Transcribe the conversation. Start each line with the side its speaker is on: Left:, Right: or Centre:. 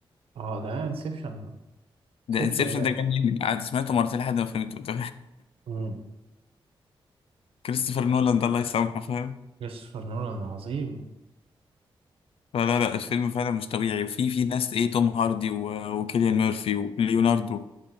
Right: اه ده انسبشن انسبشن
Left: ده انسبشن
Right: جامد
Left: ده جنني قعدت سمعته مرتين لحد ما فهمته <laughs> قلت
Right: امم
Left: كريستوفر نولان ده الله يسامحه فاهم
Right: كريستوفر نولان عظيم
Left: فلا لا الفيلم فعلا مش طبيعي وفي في ناس ايه توم هاردي و- وكيليان ميرفي وليوناردو